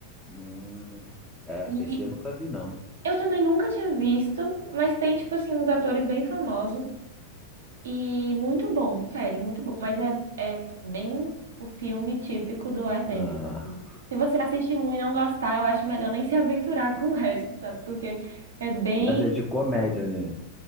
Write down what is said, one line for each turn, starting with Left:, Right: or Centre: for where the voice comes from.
Centre: Hum, é,
Right: E
Centre: esse eu nunca vi, não.
Right: Eu também nunca tinha visto, mas tem, tipo assim, uns atores bem famosos e muito bom, sério, muito bom. Mas é, é bem o filme típico do Wes
Centre: Ah,
Right: Anderson, assim. Se você assistir um e não gostar, eu acho melhor nem se aventurar com o resto, sabe? Porque é bem.
Centre: mas é de comédia, né?